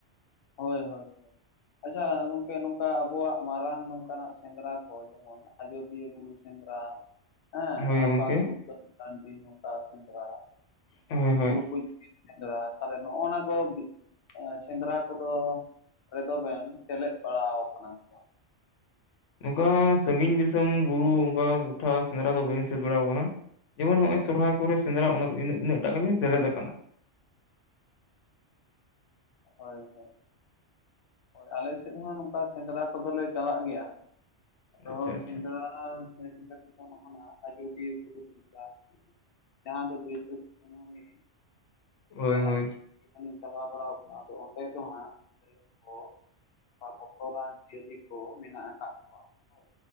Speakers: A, on the left; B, on the left.
A: ᱦᱳᱭ ᱦᱳᱭ ᱦᱳᱭ ᱾ ᱟᱪᱪᱷᱟ ᱜᱚᱝᱠᱮ ᱱᱚᱝᱠᱟ ᱟᱵᱚᱣᱟᱜ ᱢᱟᱨᱟᱝ ᱱᱚᱝᱠᱟᱱᱟᱜ ᱥᱮᱸᱫᱽᱨᱟ ᱠᱚ ᱡᱮᱢᱚᱱ ᱟᱡᱚᱫᱤᱭᱟᱹ ᱵᱩᱨᱩ ᱥᱮᱸᱫᱽᱨᱟ, ᱦᱮᱸ
B: ᱦᱳᱭ
A: ᱟᱨ
B: ᱜᱚᱝᱠᱮ
A: ᱵᱟᱝ ᱥᱩᱛᱟᱹᱱ ᱴᱟᱺᱰᱤ ᱱᱚᱝᱠᱟ ᱥᱮᱸᱫᱽᱨᱟ
B: ᱦᱮᱸ ᱦᱳᱭ ᱾
A: <unintelligible> ᱥᱮᱸᱫᱽᱨᱟ ᱛᱟᱦᱞᱮ ᱱᱚᱜᱼᱚ ᱱᱟ ᱠᱚ ᱮᱸ ᱥᱮᱸᱫᱽᱨᱟ ᱠᱚᱫᱚ ᱨᱮᱫᱚ ᱵᱮᱱ ᱥᱮᱞᱮᱫ ᱵᱟᱲᱟ ᱟᱠᱟᱱᱟ ᱥᱮ ᱵᱟᱝ?
B: ᱱᱚᱝᱠᱟ ᱥᱟᱺᱜᱤᱧ ᱫᱤᱥᱚᱢ ᱵᱩᱨᱩ ᱚᱝᱠᱟ ᱴᱚᱴᱷᱟ ᱥᱮᱸᱫᱽᱨᱟ ᱫᱚ ᱵᱟᱹᱧ ᱥᱮᱱ ᱵᱟᱲᱟ ᱟᱠᱟᱱᱟ ᱾ ᱡᱮᱢᱚᱱ ᱱᱚᱜᱼᱚᱭ ᱥᱚᱨᱦᱟᱭ ᱠᱚᱨᱮ ᱥᱮᱸᱫᱽᱨᱟ ᱤᱱᱟᱹᱜ ᱴᱟᱜ ᱜᱮᱞᱤᱧ ᱥᱮᱞᱫ ᱟᱠᱟᱱᱟ ᱾
A: ᱦᱳᱭ ᱦᱳᱭ, ᱦᱳᱭ ᱟᱞᱮ ᱥᱮᱫ ᱦᱚᱸ ᱱᱚᱝᱠᱟ ᱥᱮᱸᱫᱨᱟ ᱠᱚᱫᱚ ᱞᱮ ᱪᱟᱞᱟᱜ ᱜᱮᱭᱟ ᱟᱫᱚ
B: ᱟᱪᱪᱷᱟ ᱟᱪᱪᱷᱟ
A: ᱥᱮᱸᱫᱨᱟ <unintelligible> ᱞᱮᱠᱟᱛᱮ ᱛᱮᱫᱚ ᱱᱚᱜ-ᱚᱱᱟ ᱟᱡᱚᱫᱤᱭᱟᱹ ᱵᱩᱨᱩ ᱥᱮᱸᱫᱨᱟ ᱡᱟᱦᱟᱸ ᱫᱚ ᱵᱟᱹᱭᱥᱟᱹᱠᱷ ᱠᱩᱱᱟᱹᱢᱤ
B: ᱦᱳᱭ
A: ᱪᱟᱞᱟᱜ
B: ᱦᱳᱭ
A: ᱡᱚᱠᱷᱚᱱᱤᱧ ᱪᱟᱞᱟᱣ ᱵᱟᱲᱟᱣ ᱟᱫᱚ ᱚᱸᱰᱮ ᱫᱚ ᱦᱟᱸᱜ ᱞᱟᱹᱭ ᱟᱠᱚ ᱚᱱᱠᱟ ᱵᱚᱛᱚᱨᱟᱱ ᱡᱤᱭᱟᱹᱞᱤ ᱠᱚ ᱢᱮᱱᱟᱜ ᱟᱠᱟᱫ ᱠᱚᱣᱟ ᱦᱳᱭ